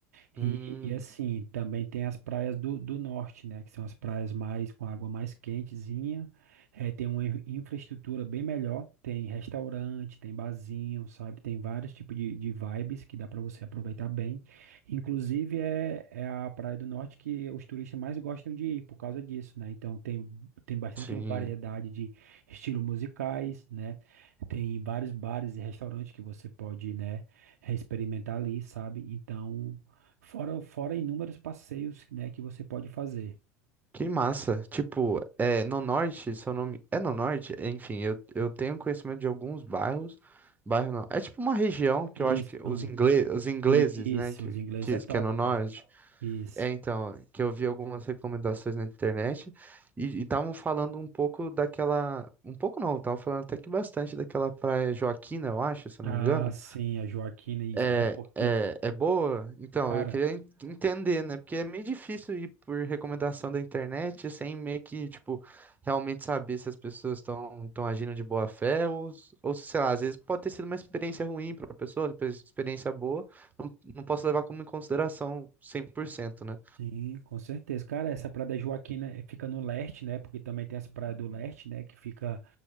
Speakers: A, on the right (about 80°); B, on the right (about 20°).
A: E,
B: Hum,
A: e assim, também tem as praias do, do norte, né? Que são as praias mais com água mais quentezinha. eh, tem uma in- infraestrutura bem melhor. Tem restaurante, tem barzinho, sabe? Tem vários tipos de, de vibes que dá para você aproveitar bem. Inclusive, é, é a praia do norte que os turistas mais gostam de ir por causa disso, né? Então, tem, tem bastante
B: sim.
A: variedade de estilos musicais, né? Tem vários bares e restaurantes que você pode, né? é experimentar ali, sabe? Então, Fora, fora inúmeros passeios, né, que você pode fazer.
B: Que massa. Tipo, é, no norte, seu nome. É no norte? Enfim, eu, eu tenho conhecimento de alguns bairros. Bairro não. É tipo uma região que
A: Isso,
B: eu acho que
A: então,
B: os ingle, os ingleses,
A: isso,
B: né? Que,
A: os ingleses
B: que,
A: é
B: que
A: top,
B: é no norte.
A: cara. Isso.
B: É, então, que eu vi algumas recomendações na internet e estavam falando um pouco daquela. Um pouco não, estavam falando até que bastante daquela praia Joaquina, eu acho, se
A: Ah,
B: eu não me engano.
A: sim, a Joaquina, isso.
B: É,
A: É porque,
B: é, é boa? Então,
A: cara.
B: eu queria en- entender, né? Porque é meio difícil ir por recomendação da internet sem meio que, tipo, realmente saber se as pessoas estão estão agindo de boa fé ou, s- ou, se, sei lá, às vezes pode ter sido uma experiência ruim para a pessoa, depois experiência boa, não, não posso levar como em consideração cem por cento, né?
A: Sim, com certeza. Cara, essa Praia da Joaquina eh, fica no leste, né? Porque também tem essa praia do leste, né? Que fica,